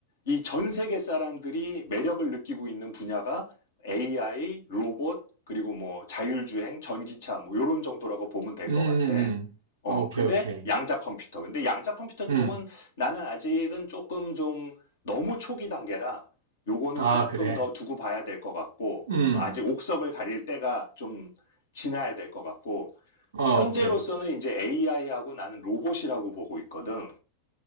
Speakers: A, on the left; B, on the right.
A: 이 전 세계 사람들이 매력을 느끼고 있는 분야가 AI, 로봇, 그리고 뭐 자율주행, 전기차 뭐 요런 정도라고 보면 될
B: 음,
A: 것
B: 음,
A: 같아.
B: 음.
A: 어,
B: 아, 오케이,
A: 근데
B: 오케이.
A: 양자 컴퓨터. 근데 양자 컴퓨터 쪽은
B: 음.
A: 나는 아직은 조금 좀 너무 초기 단계라 요거는
B: 아,
A: 조금
B: 그래.
A: 더 두고 봐야 될 것 같고
B: 음.
A: 어, 아직 옥석을 가릴 때가 좀 지나야 될 것 같고,
B: 어,
A: 현재로서는
B: 오케이.
A: 이제 AI하고 나는 로봇이라고 보고 있거든.